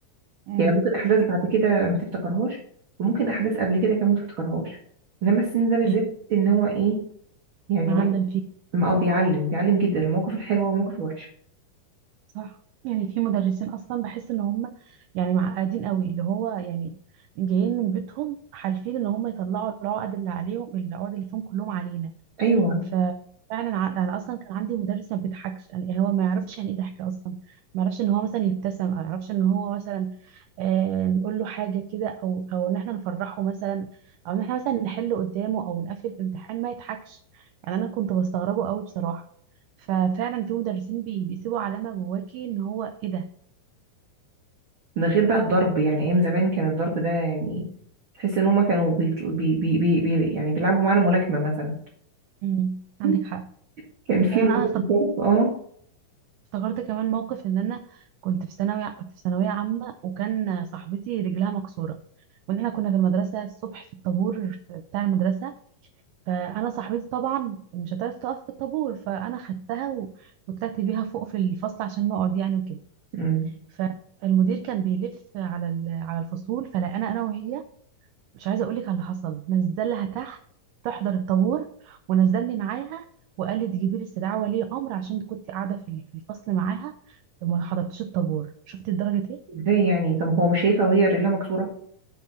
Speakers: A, on the right (about 80°); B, on the right (about 50°).
A: مم.
B: يعني ممكن احداث بعد كده ما تفتكرهاش وممكن احداث قبل كده كمان ما تفتكرهاش انما السن ده بالذات
A: ايوه
B: ان هو ايه يعني
A: معلم فيها
B: م- اه بيعلم بيعلم جدا المواقف الحلوة والمواقف الوحشة
A: صح يعني في مدرسين اصلا بحس ان هم يعني معقدين قوي اللي هو يعني جايين من بيتهم حالفين ان هم يطلعوا العقد اللي عليهم العقد اللي فيهم كلهم علينا
B: ايوه
A: ففعلا ع- انا اصلا كان عندي مدرس ما بيضحكش يعني هو ما يعرفش يعني ايه ضحك اصلا ما يعرفش ان هو مثلا يبتسم او ما يعرفش ان هو مثلا آه نقول له حاجه كده او او ان احنا نفرحه مثلا او ان احنا مثلا نحل قدامه او نقفل في امتحان ما يضحكش يعني انا كنت بستغربه قوي بصراحه ففعلا في مدرسين بي بيسيبوا علامه جواكي ان هو ايه ده
B: ده غير بقى الضرب يعني ايام زمان كان الضرب ده يعني تحس ان هما كانوا بيطل... بي... بي... بي... بي... يعني بيلعبوا معانا ملاكمة مثلا
A: مم. عندك
B: <laughs>
A: حق
B: كان في
A: يعني
B: موضوع
A: انا أنا افتكرت
B: الضرب اه
A: افتكرت كمان موقف ان انا كنت في ثانوي في ثانويه عامه وكان صاحبتي رجلها مكسوره وان احنا كنا في المدرسه الصبح في الطابور بتاع المدرسه فانا صاحبتي طبعا مش هتعرف تقف في الطابور فانا خدتها و- وطلعت بيها فوق في الفصل عشان نقعد يعني وكده
B: مم.
A: فالمدير كان بيلف على ال- على الفصول فلقانا انا وهي مش عايزه اقول لك على اللي حصل نزلها تحت تحضر الطابور ونزلني معاها وقال لي تجيبي لي استدعاء ولي امر عشان كنت قاعده في في الفصل معاها وما حضرتش الطابور شفتي درجه ايه
B: ازاي يعني طب هو مش شايفة وهي رجلها مكسورة